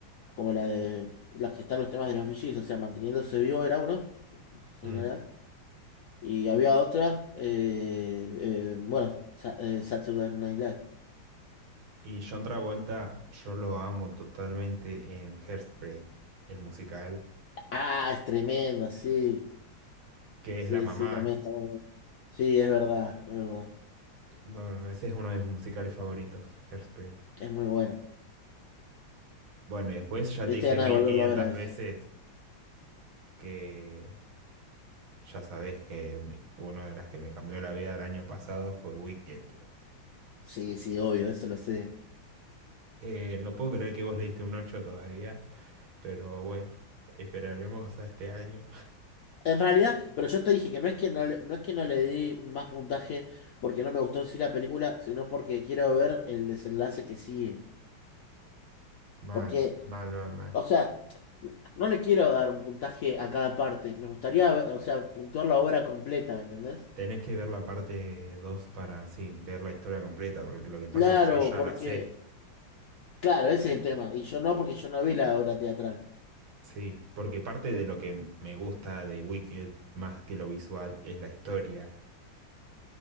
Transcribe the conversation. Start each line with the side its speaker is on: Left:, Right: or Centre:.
Left: como la de las que están los temas de los VGs, o sea, manteniéndose vivo era uno, en general.
Right: Mm.
Left: Y había otra, eh, eh, bueno, Sa- eh, Saturday Night Live.
Right: Y John Travolta, yo lo amo totalmente en Hairspray, el musical,
Left: Ah, es tremenda, sí.
Right: que
Left: Sí,
Right: es la mamá.
Left: sí, también está muy bueno. Sí, es verdad, es verdad.
Right: No, no, no, ese es uno de
Left: Es,
Right: mis musicales favoritos, Hairspray.
Left: es muy bueno.
Right: Bueno, y después ya
Left: Me
Right: te
Left: diste
Right: dije
Left: ganas
Right: mil
Left: de volverlo
Right: quinientas
Left: a ver a eso.
Right: veces que ya sabés que mi- una de las que me cambió la vida el año pasado fue Wicked.
Left: Sí, sí, obvio, eso lo sé.
Right: Eh, no puedo creer que vos le diste un 8 todavía, pero bueno, esperaremos a este año.
Left: En realidad, pero yo te dije que no es que no, le- no es que no le di más puntaje porque no me gustó en sí la película, sino porque quiero ver el desenlace que sigue.
Right: Mal,
Left: Porque
Right: mal, mal, mal.
Left: O sea, no le quiero dar un puntaje a cada parte. Me gustaría, o sea, puntuar la obra completa, ¿me entendés?
Right: Tenés que ver la parte 2 para, sí, ver la historia completa, porque lo que pasa
Left: Claro,
Right: es que yo ya
Left: porque,
Right: la sé.
Left: claro, ese es el tema. Y yo no, porque yo no vi la obra teatral.
Right: Sí, porque parte de lo que m- me gusta de Wicked, más que lo visual, es la historia.